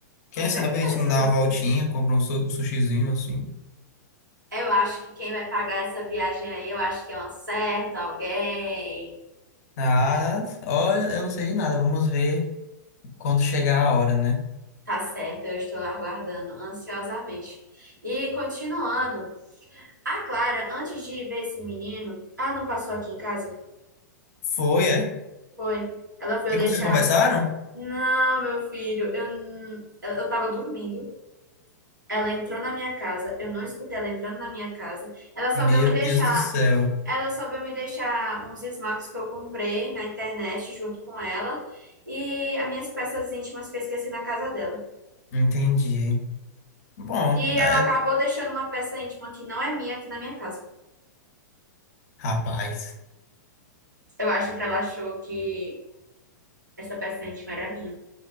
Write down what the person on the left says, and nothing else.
Quem
sabe a gente não dá
uma voltinha,
compra um, su- um sushizinho assim.
Ah, olha, eu não sei de nada. Vamos ver quando chegar a hora, né?
Foi, é?
E
vocês conversaram?
Meu
Deus do céu.
Entendi. Bom,
é...
rapaz.